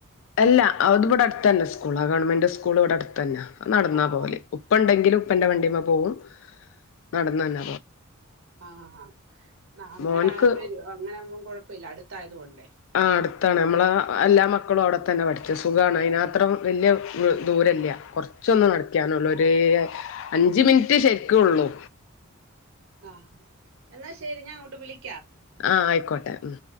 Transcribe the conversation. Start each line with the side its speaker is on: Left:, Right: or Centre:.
Left: അല്ല അത് ഇവിടെ അടുത്ത തന്നെ സ്കൂൾ ആ ഗവൺമെന്റ് സ്കൂൾ ഇവിടെ അടുത്ത തന്നെ നടന്നാ
Right: ആഹ്
Left: പോലെ ഉപ്പ ഉണ്ടെങ്കിലിൽ ഉപ്പന്റെ വണ്ടിമ്മ പോകും നടന്നന്ന
Right: ആഹ അങ്ങനെ
Left: മോൻക്ക്
Right: വര അങ്ങനെ ആവുമ്പോം കുഴപ്പമില്ല അടുത്തായത കൊൊണ്ട്
Left: ആ അടുത്താണ് നമ്മള എല്ലാ മക്കളും അവിടെ തന്നെ പഠിച്ചു സുഖമാണ് അതിനത്രം വലിയ ദൂര കുറച്ചൊന്ന് നടക്കാനുള്ളൂ അഞ്ച് മിനിറ്റ് ശരിക്കള്ളൂ
Right: ആഹ എന്നാ ശരി ഞാൻ അങ്ങോട്ട് വിളിക്ക
Left: ആഹ ആയിക്കോട്ടെ ഉ